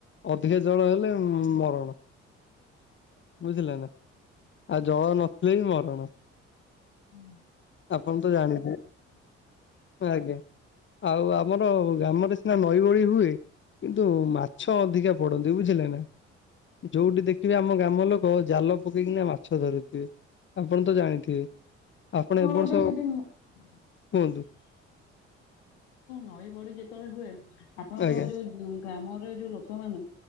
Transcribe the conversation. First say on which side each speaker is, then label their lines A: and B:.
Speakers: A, on the left (about 35°); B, on the left (about 70°).
A: ଅଧିକା
B: ଆଜ୍ଞା
A: ଜଳ ହେଲେ ମରଣ। ବୁଝିଲେ ନା ଆଉ ଜଳ ନଥିଲେ ବି ମରଣ।
B: ହୁଁ।
A: ଆପଣ ତ ଜାଣିଥିବେ। ଆଜ୍ଞା ଆଉ ଆମର ଗ୍ରାମରେ ସିନା ନଈବଳି ହୁଏ କିନ୍ତୁ ମାଛ ଅଧିକା ପଡନ୍ତି ବୁଝିଲେ ନା ଯୋଉଟି ଦେ ଖିବେ ଆମ ଗ୍ରାମ ଲୋକ ଜାଲ ପକେଇକିନା ମାଛ ଧରୁଥିବେ ଆପଣ ତ ଜାଣିଥିବେ
B: <unintelligible> <inaudible> ଆପଣ
A: ଏ ବର୍ଷ
B: ସେ ଯୋଉ
A: କୁହନ୍ତୁ
B: ନଈ ବଡି ଯେତେବେଳେ ହୁଏ ଆପଣଙ୍କ
A: ଆଜ୍ଞା
B: ଯୋଉ ଗ୍ରାମରେ ଯୋଉ ଲୋକମାନ